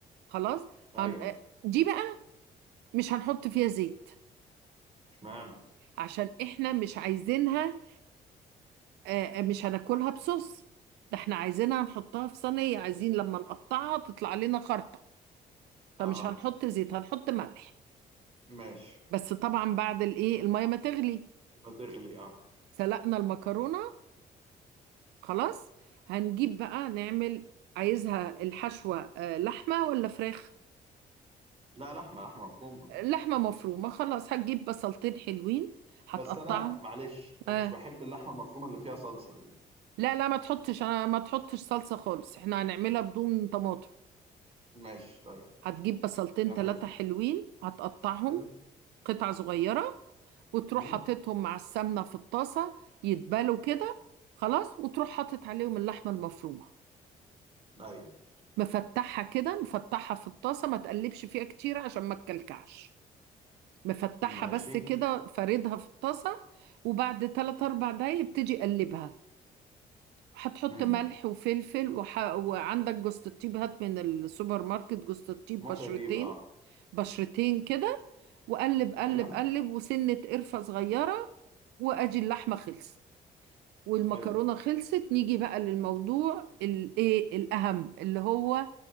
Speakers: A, on the right; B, on the right.
A: خلاص
B: ايوه
A: هن... آه،
B: ايوه
A: دي بقى مش هنحط فيها زيت
B: اشمعنى
A: عشان احنا مش عايزينها آه، آه، مش هناكلها بصوص ده احنا عايزينها نحطها في صينيه عايزين لما نقطعها تطلع لنا خرطه فمش
B: اه
A: هنحط زيت هنحط ملح
B: ماشي
A: بس طبعا بعد الايه الميه ما تغلي
B: ما تغلي اه
A: سلقنا المكرونه خلاص هنجيب بقى نعمل عايزها الحشوة آه، لحمة ولا فراخ
B: لا لحمه لحمه مفرومه
A: آه، لحمة مفرومة خلاص هتجيب بصلتين حلوين هتقطعهم
B: بس انا معلش انا
A: آه.
B: مش بحب اللحمه المفرومه اللي فيها صلصه دي
A: لا لا ما تحطش انا ما تحطش صلصة خالص احنا هنعملها بدون طماطم
B: ماشي طيب
A: هتجيب بصلتين
B: كمل
A: ثلاثة حلوين هتقطعهم
B: حلو
A: قطع صغيرة وتروح
B: امم
A: حاططهم مع السمنة في الطاسة يتبالوا كده خلاص وتروح حاطط عليهم اللحمة المفرومة
B: ايوه
A: مفتحها كده مفتحها في الطاسة ما تقلبش فيها كتير عشان ما تكلكعش مفتحها
B: ماشي
A: بس كده فاردها في الطاسة وبعد 3 4 دقايق ابتدي قلبها هتحط
B: امم
A: ملح وفلفل وح... وعندك جوزة الطيب هات من السوبر ماركت جوزة الطيب
B: ممكن
A: بشرتين
B: اجيب اه
A: بشرتين كده وقلب قلب
B: ايوه
A: قلب وسنة قرفة صغيرة وادي اللحمة خلصت والمكرونة
B: حلو
A: خلصت نيجي بقى للموضوع الايه الأهم اللي هو